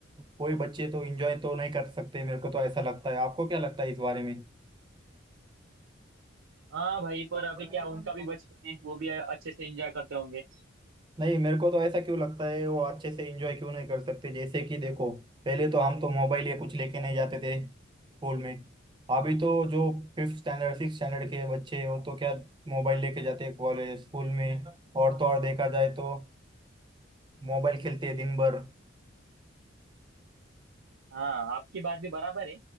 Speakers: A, on the right (about 25°); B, on the right (about 75°).
A: कोई बच्चे तो एंजॉय तो नहीं कर सकते मेरे को तो ऐसा लगता है आपको क्या लगता है इस बारे
B: हाँ भाई पर अभी
A: में
B: क्या उनका भी बचपन है वो भी अच्छे से एंजॉय करते होंगे
A: नहीं मेरे को तो ऐसा क्यों लगता है वो अच्छे से एंजॉय क्यों नहीं कर सकते जैसे कि देखो पहले तो हम तो मोबाइल या कुछ लेके नहीं जाते थे स्कूल में अभी तो जो फिफ्थ स्टैंडर्ड सिक्स स्टैंडर्ड के बच्चे हैं, वो तो क्या मोबाइल लेके जाते हैं कॉलेज स्कूल में और तो और देखा जाए तो मोबाइल खेलते हैं दिन भर
B: हाँ आपकी बात भी बराबर है